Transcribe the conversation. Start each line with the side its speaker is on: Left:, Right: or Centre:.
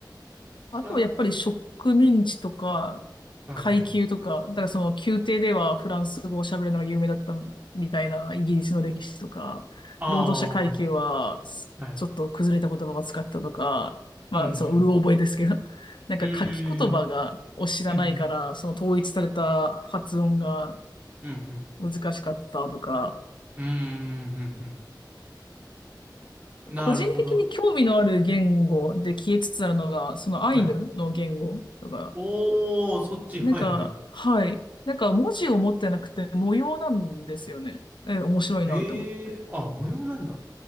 Right: それは、
Left: あとはやっぱり植民地とか
Right: うんうん。
Left: 階級とか、だからその宮廷ではフランス語を喋るのが有名だったみたいなイギリスの歴史とか、
Right: あ
Left: 労働者階級はすちょっと崩れた言葉を使ったとか、
Right: あ、はい。うん、
Left: まあそのうる覚えですけど、
Right: うん、
Left: <laughs> なんか書き言葉がを知らないから、
Right: うん。うーん、うん、
Left: その統一された発音が
Right: うん、うん、うん。
Left: 難しかったとか、
Right: うーん、うん、うん。なるほど。
Left: 個人的に興味のある言語で消えつつあるのが、そのアイヌの言語とか、
Right: はい。おー、そっち、
Left: なんか、
Right: はい、はい。
Left: はい。なんか文字を持ってなくて模様なんですよね。え、面白いなって思って。
Right: ええー、あ、模様なんだ。